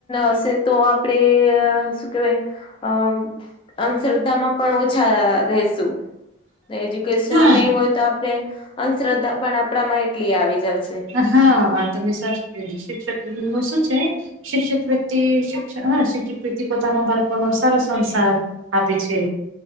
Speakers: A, on the left (about 25°); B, on the right (about 75°).
A: હશે તો આપણેે શું કેવાય, અ અંધશ્ર્ધામાં પણ ઓછા રેશું. એજ્યુકેશન
B: હા
A: નય હોય તો આપણે, અંધ્રદ્ધા પણ આપણામાં એટલી આવી જશે.
B: હા આ તમે સાચૂં કીધુ શિક્ષક નું શું છે. શિક્ષિત વ્યક્તિ શિક્ષ શિક્ષિત વ્યક્તિ પોતાનો બાલકોનો સારો સંસાર આપે છે.